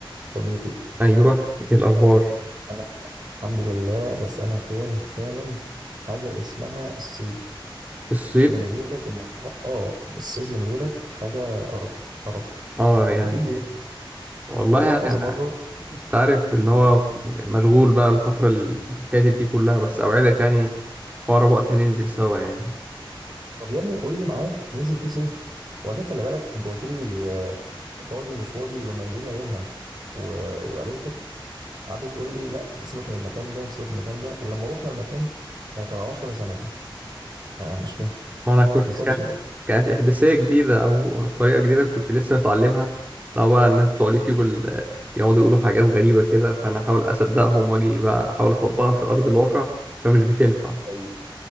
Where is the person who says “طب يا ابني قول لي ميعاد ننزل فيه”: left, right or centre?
Right